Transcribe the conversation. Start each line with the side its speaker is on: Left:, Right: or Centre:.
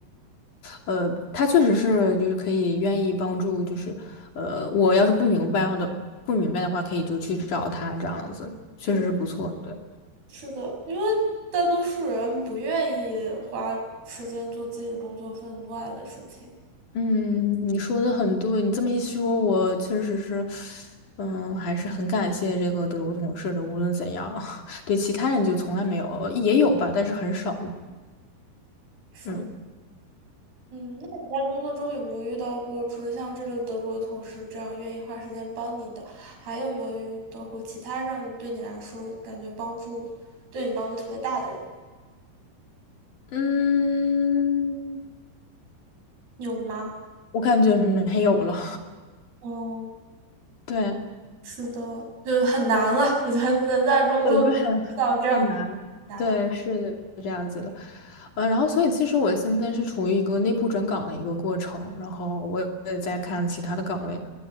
Left: 呃，他确实是就是可以愿意帮助，就是，呃，我要是不明白的不明白的话，可以就去找他这样子，确实是不错。
Right: 嗯。
Left: 对，
Right: 是的，因为大多数人不愿意花时间做自己工作分外的事情。
Left: 嗯，你说的很对，你这么一说，我确实是，嗯，还是很感谢这个德国同事的，无论怎样，<laughs> 对其他人就从来没有，也有吧，但是很少。
Right: 是的
Left: 嗯
Right: 嗯，那你在工作中有没有遇到过，除了像这个德国同事这样愿意花时间帮你的，还有没有遇到过其他让你对你来说感觉帮助，对你帮助特别大的人？
Left: 嗯，
Right: 有吗？
Left: 我感觉没有了。
Right: 哦，
Left: <laughs> 对。
Right: 是的，就是很难了。我觉得能在工作遇到这样的
Left: 对，就很很难。
Right: 难，
Left: 对，是的，是这样子的。嗯，然后所以其实我现在是处于一个内部转岗的一个过程，然后我也在看其他的岗位，